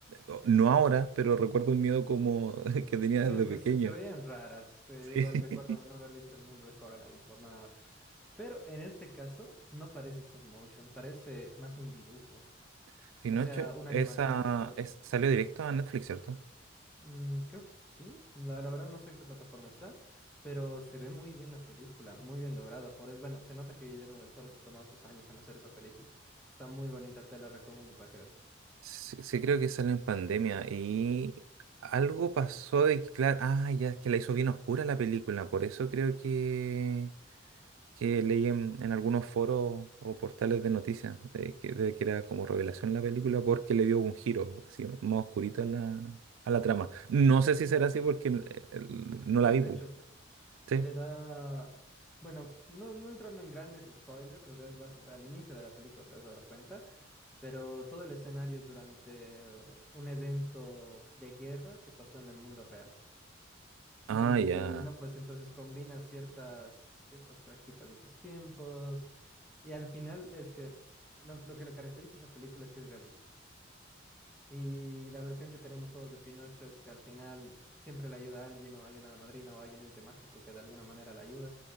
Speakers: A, on the right; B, in the centre.
A: O- No ahora, pero recuerdo un miedo como <laughs> que tenía
B: Sí,
A: desde
B: es que
A: pequeño.
B: se, se veían raras. eh,
A: Sí.
B: igual recuerdo no haber visto el mundo de Coraline por nada más. Pero en este caso, no parece stop motion, parece más un dibujo.
A: <laughs> Pinocho,
B: O sea, una
A: esa
B: animación. co-
A: es- salió directo a Netflix, ¿cierto?
B: mm, creo que sí. La, la verdad no sé en qué plataforma está. Pero se ve muy bien la película, muy bien lograda. Por eso, bueno, se nota que Guillermo del Toro se ha tomado sus años en hacer esa película. Está muy bonita, te la recomiendo para que veas.
A: Sí, sí, creo que salió en pandemia y algo pasó de que, claro, ah, ya es que la hizo bien oscura la película, por eso creo que que leí en, en algunos foros o portales de noticias de que, de que era como revelación la película porque le dio un giro así más oscurito a la, a la trama. No sé si será así porque eh, el- no la
B: Sí,
A: vi,
B: de
A: pu.
B: hecho sí.
A: ¿Sí?
B: Le da, bueno, no, no entrando en grandes spoilers, o sea, es bas- al inicio de la película te vas a dar cuenta, pero todo el escenario es durante eh, un evento de guerra que pasó en el mundo real.
A: Ah,
B: Y
A: ya.
B: no, pues entonces combina ciertas, ciertas prácticas de esos tiempos. Y al final es que lo, lo que le caracteriza a esa película es que es realista. Y la versión que tenemos todos de Pinocho es que al final siempre le ayuda a alguien o hay una madrina o hay un ente mágico que de alguna manera le ayuda.